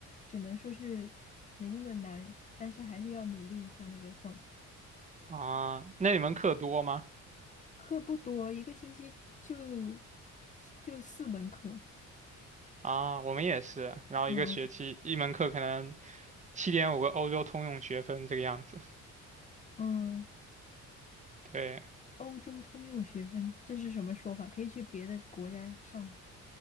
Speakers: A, on the left (about 25°); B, on the right (about 25°).
A: 只能说是没那么难，但是还是要努力一下那个状态。
B: 啊。那你们课多吗？
A: 课不多，一个星期就就四门课。
B: 啊，我们也是，然后一个学期一门课可能
A: 嗯
B: 七点五个欧洲通用学分这个样子。
A: 嗯，
B: 对，
A: 欧洲通用学分，这是什么说法？可以去别的国家上吗？